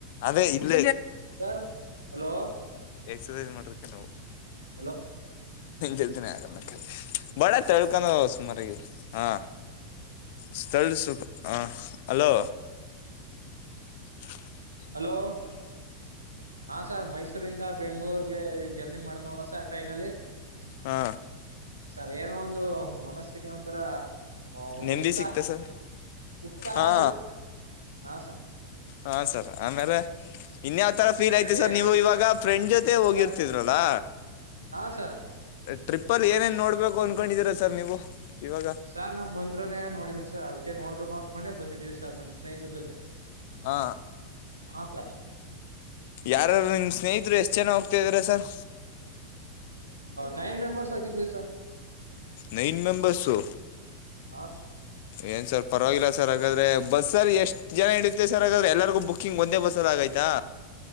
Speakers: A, on the left; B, on the right.
A: ಅದೇ ಇ ವು
B: ಸರ್ ಹಲೋ
A: ಎಕ್ಸಸೈಸ್ ಮಾಡ್ರಕ್ಕೆವು
B: ಹಲೋ
A: ಜತಿನೇ ಆಗಲ್ಲ ಬಾಳ ತಳ್ಕೊಂಡ ಸುಮಾರಿಗೆ ಹಾ ಸ್ಥ ಸೂಪ ಹ ಅಲೋ <inaudible>
B: ಹಲೋ ಹಾ ಸರ್ ಮೈಸೂರಿಂದ ಬೆಂಗ್ಗಳೂರ್ಗೆ ಜರ್ನಿ ಮಾಡನವಲ್ಲ ಸರ್ ಟ್ರೈನಲ್ಲಿ
A: ಹಾ
B: ಸರ್ ಏನೋ ಒಂದು ಮನಸ್ಸಿಗೆ ಒಂಥರ ಹ ಒಂದು
A: ನೆಮ್ಮದಿ
B: ಉತ್ಸಾಹ
A: ಸಿಕ್ತಾ ಸರ್
B: ಉತ್ಸಾಹ
A: ಹಾ
B: ಸಿ ಹ ಸ
A: ಹಾ ಸರ್ ಆಮೇಲೆ ಇನ್ಯಾವ್ ತರ
B: ಆಮೇಲೆ
A: ಫೀಲ್ ಯ್ತಿ ಸರ್
B: ಏನು
A: ನೀವು ಇವಾಗ ಫ್ರೆಂಡ್ ಜೊತೆ ಹೋಗಿರ್ತಿದ್ರಲ್ಲಾ
B: ಸರ್ ಹಾ ಸರ್
A: ಟ್ರಿಪ್ಪಲ್ ಏನೇನ್ ನೋಡ್ಬೇಕು ಅನ್ಕೊಂಡಿದೀರಾ ಸರ್ ನೀವು ಇವಾಗ
B: ಸರ್ ನಮ್ ಮಂತ್ರಾಲಯ ನೋಡಿಲ್ಲ ಸರ್ ಅದಕ್ಕೆ ನೋಡ್ಬೇಕು ಅಂದನ್ಕೊಂಡೆ ಬಂದಿದೀವಿ ಸರ್ ನಮ್ ಸ್ನೇಹಿತರ ಜೊತೆ
A: ಹ
B: ಹಾ ಸರ್
A: ಯಾರರು ನಿಮ್ ಸ್ನೇಹಿತರು ಎಷ್ಟ್ ಜನ ಹೋಗ್ತಾ ಇದ್ರ ಸರ್
B: ನೈನ್ ಮೆಂಬರ್ಸ್ ಆಯ್ತಿದವಿೀ ಸರ್
A: ನೈನ್ ಮೆಂಬರ್ಸು
B: ಹಾ
A: ಏನ್ ಸರ್ ಪರವಾಗಿಲ್ಲ ಸರ್ ಹಾಗಾದ್ರೆ ಬಸ್ ಸರ್ ಎಷ್ಟು ಜನ ಇಿಡುತ್ತೆ ಸರ್ ಹಾಗಾದ್ರೆ ಎಲ್ಲರಿಗೂ ಬುಕ್ಕಿಂಗ್ ಒಂದೇ ಬಸ್ಸಲ್ಲಿ ಆಗೈತಾ